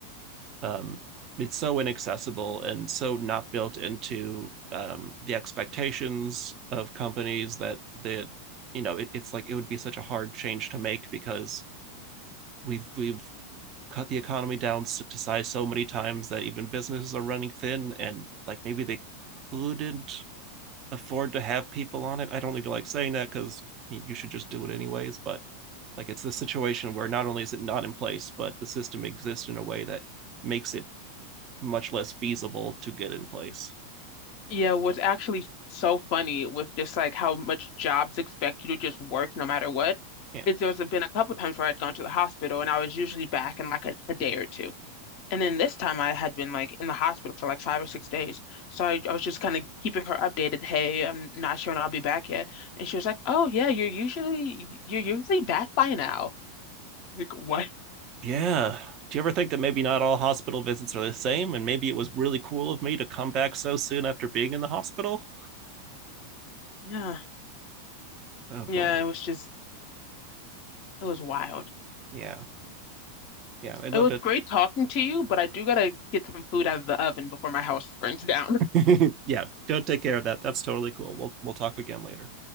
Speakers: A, on the right; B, on the left.
A: um it's so inaccessible and so not built into um the expectations of companies that that you know it, it's like it would be such a hard change to make because we've we've cut the economy down to size so many times that even businesses are running thin and like maybe they couldn't afford to have people on it. I don't even like saying that because you should just do it anyways. But like it's the situation where not only is it not in place, but the system exists in a way that makes it much less feasible to get in place.
B: Yeah, what's actually so funny with just like how much jobs expect you to just work no matter what
A: Yeah.
B: is there's been a couple times where I'd gone to the hospital and I was usually back in like a, a day or two. And then this time I had been like in the hospital for like five or six days. So I, I was just kind of keeping her updated. Hey, I'm not sure when I'll be back yet. And she was like, Oh yeah, you're usually you're usually back by now. Like what?
A: Yeah. Do you ever think that maybe not all hospital visits are the same? And maybe it was really cool of me to come back so soon after being in the hospital?
B: Yeah.
A: Oh boy.
B: Yeah, it was just it was wild.
A: Yeah. Yeah. I loved
B: It was great talking to you, but I do gotta get some food out of the oven before my house burns down.
A: it. <laughs> yeah. Go take care of that. That's totally cool. We'll we'll talk again later.